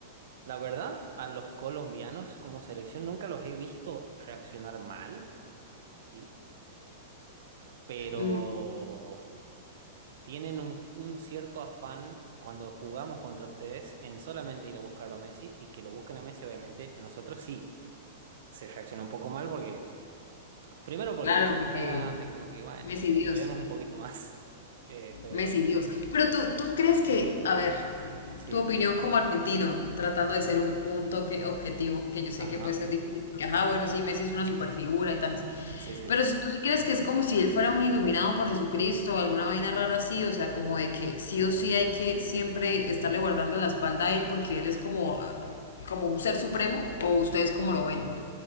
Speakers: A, on the right (about 60°); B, on the left (about 70°).
A: La verdad, a los colombianos como selección nunca los he visto reaccionar mal, así, pero
B: Mm,
A: tienen un, un cierto afán cuando jugamos contra ustedes en solamente ir a buscarlo a Messi y que lo busquen a Messi, obviamente, nosotros sí. Se reacciona un poco mal porque, primero porque
B: claro,
A: Messi
B: porque
A: ya está grande, como que, bueno,
B: Messi
A: lo
B: Dios,
A: cuidemos un poquito más. <laughs> Eh, pero
B: Messi Dios. Pero tú, tú crees que, a ver,
A: sí,
B: tu opinión como argentino, tratando de ser un, un toque objetivo, que yo sé
A: ajá,
B: que puede ser difícil, porque, ajá, bueno, sí, Messi es una superfigura y tales.
A: sí, sí.
B: Pero si tú sí crees que es como si él fuera un iluminado por Jesucristo o alguna vaina rara así, o sea, como de que sí o sí hay que siempre estarle guardando la espalda a él porque él es como, ah, como un ser supremo, o ustedes cómo lo ven.